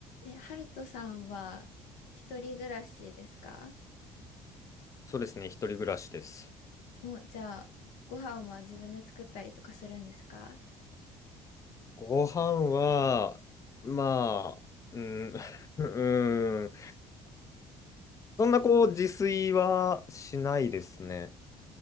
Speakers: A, on the left; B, on the left.
A: え、ハルトさんは一人暮らしですか
B: そうですね、一人暮らしです。
A: もう、じゃあ、ご飯は自分で作ったりとかするんですか
B: ご飯は、まあ、うん、<laughs> うん、そんなこう、自炊はしないですね。